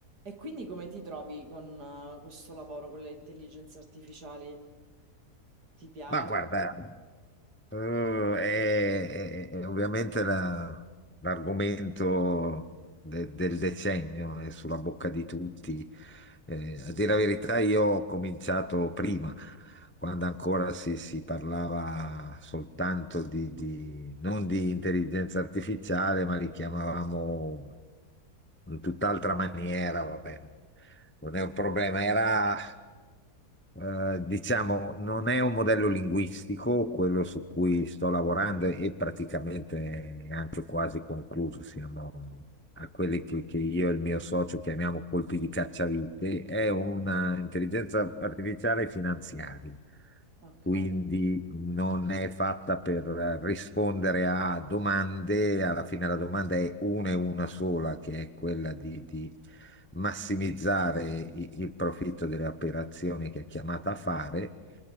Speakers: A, on the right (about 90°); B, on the left (about 15°).
A: E quindi come ti trovi con eh, questo lavoro con le intelligenze artificiali? Ti piace?
B: Ma guarda, eh, è, è- è ovviamente la- l'argomento de- del decennio, è sulla bocca di tutti. Eh, a dire la verità, io ho cominciato prima, quando ancora si, si parlava soltanto di, di- non di intelligenza artificiale, ma li chiamavamo in tutt'altra maniera, vabbè non è un problema, era, eh, diciamo, non è un modello linguistico quello su cui sto lavorando e praticamente è anche quasi concluso. Siamo a quelli che, che io e il mio socio chiamiamo colpi di cacciavite. È una intelligenza artificiale finanziaria.
A: Ok,
B: Quindi non è fatta per eh, rispondere a domande, alla fine la domanda è una e una sola, che è quella di, di massimizzare i- il profitto delle operazioni che è chiamata a fare,